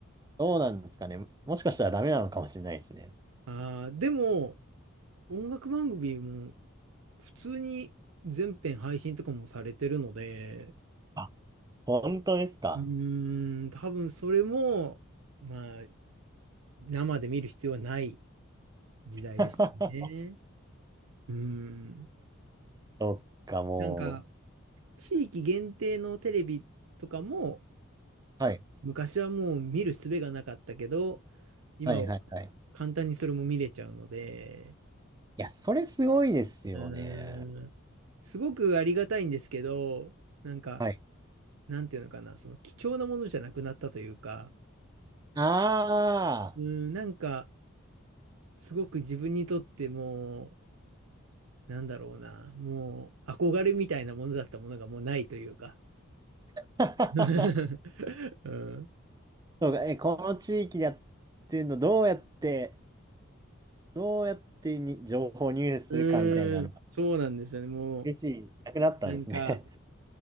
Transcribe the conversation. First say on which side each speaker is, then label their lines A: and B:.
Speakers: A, on the right (about 20°); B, on the right (about 80°).
A: どうなんですかね。もしかしたらダメなのかもしれないですね。
B: ああ、でも、音楽番組も普通に全編配信とかもされてるので、
A: あ、本当ですか。
B: うーん、多分それも、まあ、生で見る必要はない時代ですね。
A: <laughs>
B: うん。
A: そっか、も
B: なんか、地域限定のテレビとかも、
A: う。はい、
B: 昔はもう見る術がなかったけど、今は
A: はい、はい、はい。
B: 簡単にそれも見れちゃうので、
A: いや、それすごいですよね。
B: うーん、すごくありがたいんですけど、なんか、
A: はい。
B: なんていうのかな、その貴重なものじゃなくなったというか、
A: あ
B: うん、なんか、すごく自分にとってもう、なんだろうな、もう憧れみたいなものだったものがもうないというか。
A: あ。
B: <laughs>
A: <laughs>
B: うん、
A: そうか、え、この地域でやってんの、どうやって、どうやってに情報入手するかみたいなのが、
B: うーん、そうなんですよね。も
A: 厳しい、なくなったんですね。
B: う、なんか、